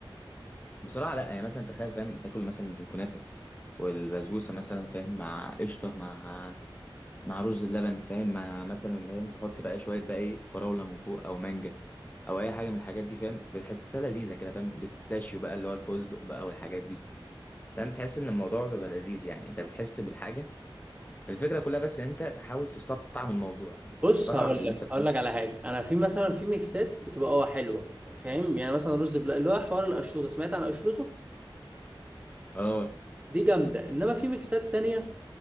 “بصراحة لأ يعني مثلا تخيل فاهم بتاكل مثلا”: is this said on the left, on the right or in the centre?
Left